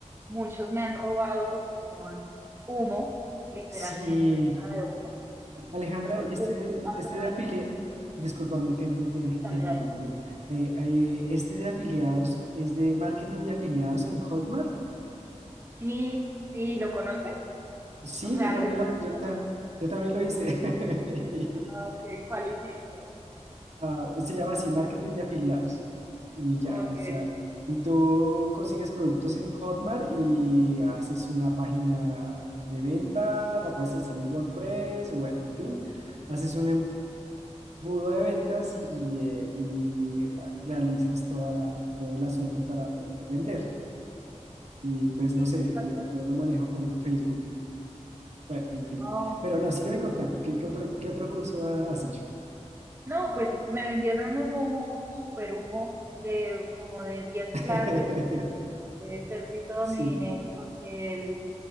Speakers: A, on the right; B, on the right.
A: Muchos me han robado porque son humo, literalmente
B: Sí,
A: venta de humo.
B: Alejandra,
A: Entonces,
B: y este,
A: alguna
B: este de
A: vez
B: afiliados, discúlpame que te, te-
A: sale
B: te interrumpí.
A: de ahí.
B: Eh, eh, este de afiliados es de marketing de afiliados en Hotmart.
A: Sí, sí, ¿lo conoces?
B: Sí,
A: O sea,
B: yo también
A: acepta hecho
B: lo, yo
A: alguna
B: ta-
A: vez?
B: yo también lo hice. <laughs>
A: Ah, ok, ¿cuál hiciste?
B: Ah, se llama así, marketing de afiliados. Y ya,
A: Ok.
B: o sea, y tú consigues productos en Hotmart y haces una página de venta, la puedes hacer en WordPress, o bueno, en fin, haces un embudo de ventas y, eh, y ah, realizas toda la, todo el asunto para poder vender. Y pues
A: Sí,
B: no sé,
A: tal
B: yo,
A: vez.
B: yo lo manejo con Facebook. Bueno, en fin.
A: Ah,
B: Pero
A: ok.
B: no, sígueme contando. ¿Qué, qué otro, qué otro curso ha- has hecho?
A: No, pues me vendieron un humo, super humo, de como de 10
B: <laughs>
A: clases. eh, perdí todo
B: Sí,
A: mi dinero porque el